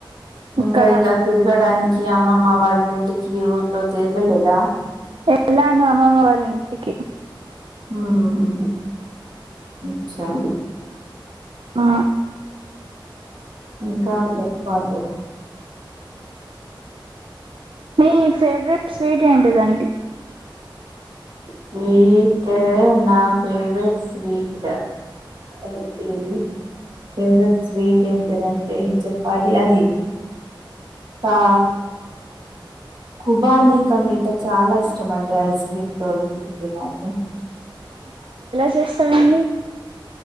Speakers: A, on the right (about 60°); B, on the right (about 80°).
A: ఇంకా
B: ఇక్కడ
A: ఇలా తిరగడానికి అమ్మమ్మ వాళ్ళ ఇంటికి ఊర్లో తలవలేదా.
B: ఎట్లానొ అమ్మమ్మ. నికి.
A: ఉహుహు అచ్చా
B: ఆ.
A: ఇంకా చెప్పాలి.
B: మీ ఫేవరెట్ స్వీట్ ఏంటిదండి.
A: స్వీట్ నా ఫేవరెట్ స్వీట్. ఐపోయింది. ఫేవరెట్ స్వీట్ ఏంటదంటే ఏం చెప్పాలి అది. కా కుబాని. ఇంకా మీతో చాలా ఇష్టం అండి ఐస్ క్రీమ్. ఓకే నాకు.
B: టెస్టు ఐంది.